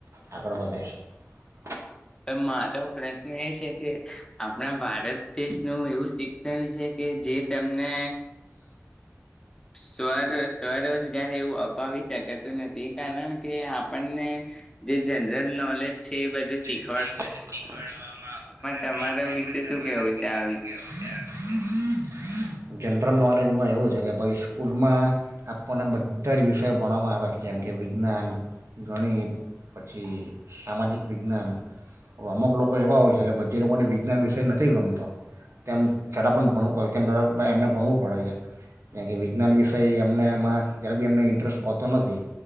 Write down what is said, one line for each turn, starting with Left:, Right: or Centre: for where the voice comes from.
Right: આગળ વધ્યા છે
Left: મારો પ્રશ્ન એ છે કે આપણા ભારત દેશનું એવું શ છે કે જે તમને સ્વ સ્વરોજગાર એવું અપાવી શકાતું નથી તે કારણ કે આપ આપને જે જ નોલેજ છે એ બધું શીખ
Right: બું શીખવાતું નથી
Left: તમારા
Right: એમાં
Left: વિશે
Right: તમારા
Left: શું કેવું
Right: વિશે
Left: છે આ
Right: શ કેવું છે જનરલ નોલેજમાં એવું છે કે ભાઈ સ્કૂલમાં આપણને બધા જ વિષયો ભણવામાં આવે છે જેમ કે વિજ્ઞાન ગણિત પછી સામાજિક વિજ્ઞાન અમુક લોકો એવા હોય છે કેધ જે લોકોને વિજ્ઞાન વિષય નથી ગમતો તેમ છતાં પણણું એમને ભણવું પડે છે જેમ કે વિજ્ઞાન વિષય એમને એમાં જ્યારેક બી એમને ઇન્ટરેસ્ટ આવતો નથી